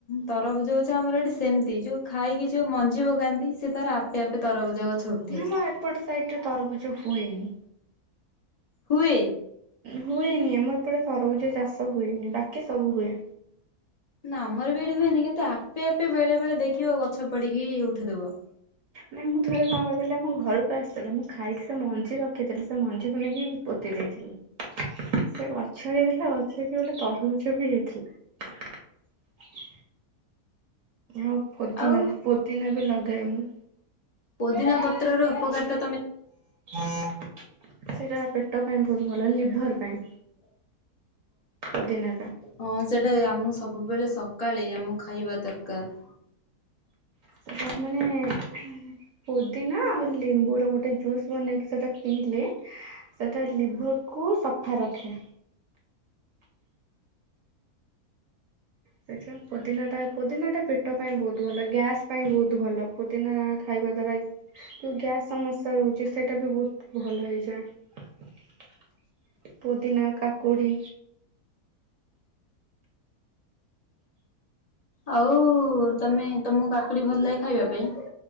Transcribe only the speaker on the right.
ନା ମୁଁ ଏପଟ ସାଇଡ ରେ ତରବୁ <unintelligible> ହୁଏନି।
ହୁଏନି ଆମର ଏପଟେ ତରଭୁଜ ଚାଷ ହୁଏନି ବାକି ସବୁ ହୁଏ।
ନାଇଁ ମୁଁ ଥରେ କଣ କରିଥିଲି ମୋ ଘରୁ ଆସିଥିଲେ ମୁଁ ଖାଇକି ସେ ମଞ୍ଜି ରଖିଥିଲି ସେ ମଞ୍ଜିକୁ ନେଇକି ପୋତି ଦେଇଥିଲି ସେ ଗଛ ହେଇଥିଲା ଗଛ ହେଇକି ଗୋଟେ ତରଭୂଜ ବି ହେଇଥିଲା। ଓଁ ପୁଦିନା
ପୋଦିନା ବି ଲଗାଏ ମୁଁ
<inaudible> ସେଟା ପେଟ ପାଇଁ ବହୁତ ଭଲ ଲିଭର୍ ପାଇଁ
ପୋଦିନା ଟା।
ସେଟା ମାନେ ଉ-ହୁ ପୋଦିନା ଆଉ ଲେମ୍ବୁ ର ଗୋଟେ ଜୁସ୍ ବନେଇକି ସେଟା ପିଇଲେ ସେଟା ଲିଭର କୁ ସଫା ରଖେ। ସେଠ ପୁଦିନା ଟା ପୁଦିନା ଟା ପେଟ ପାଇଁ ବହୁତ ଭଲ ଗ୍ୟାସ ପାଇଁ ବହୁତ ଭଲ ପୁଦିନା ଖାଇବା ଦ୍ଵାରା ଯୋଉ ଗ୍ୟାସ ସମସ୍ୟା ରହୁଛି ସେଇଟା ବି ବହୁତ ଭଲ ହେଇଯାଏ। ପୁଦିନା କାକୁଡି